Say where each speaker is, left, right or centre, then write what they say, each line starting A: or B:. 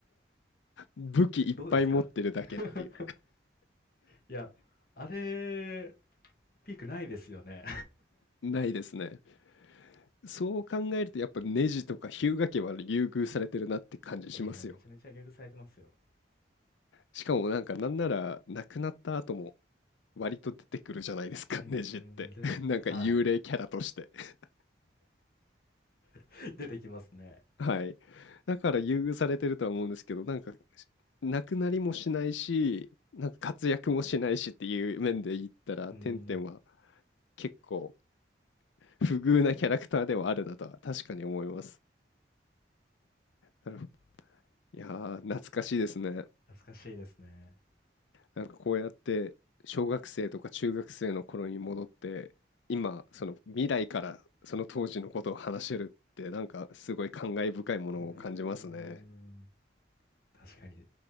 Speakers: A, on the left (about 80°); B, on the left (about 50°).
A: 武器いっぱい持ってるだけっていう。
B: どうですか <laughs> いや、あれ、ピークないですよね。
A: ないですね。そう考えるとやっぱネジとか日向家は優遇されてるなって感じしますよ。
B: <laughs> いや、めちゃめちゃ流遇されてますよ。
A: しかもなんかなんなら亡くなった後も割と出てくるじゃないですか、
B: うーん、
A: ネジって。
B: 出てき、
A: <laughs> なんか幽霊キャラとして。
B: はい。
A: <laughs>
B: <laughs> 出てきますね。
A: はい。だから優遇されてるとは思うんですけど、なんかし亡くなりもしないし、なんか活躍もしないしっていう面で言ったら、
B: うーん、
A: テンテンは結構不遇なキャラクターではあるなとは確かに思います。なるほどいやー、懐かしいですね。
B: 懐かしいですね。
A: なんかこうやって小学生とか中学生の頃に戻って今その未来からその当時のことを話せるってなんかすごい感慨深いものを感じますね。
B: うーん。確かに。